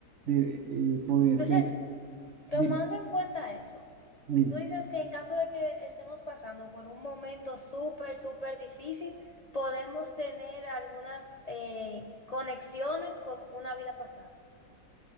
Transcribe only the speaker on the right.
de eh, poder
ver
Dime,
dime.